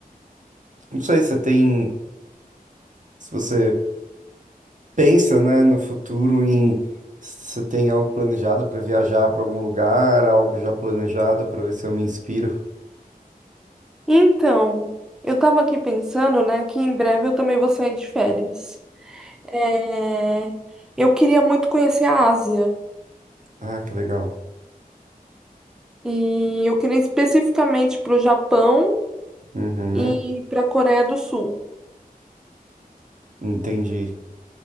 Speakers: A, on the right; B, in the centre.
A: não sei se tem, se você pensa, né, no futuro em se você tem algo planejado para viajar para algum lugar, algo já planejado para ver se eu me inspiro.
B: Então, eu tava aqui pensando, né, que em breve eu também vou sair de férias. É, Eu queria muito conhecer a Ásia,
A: Ah, que legal.
B: e eu queria especificamente para o Japão
A: Uhum,
B: e para a Coreia do Sul.
A: entendi.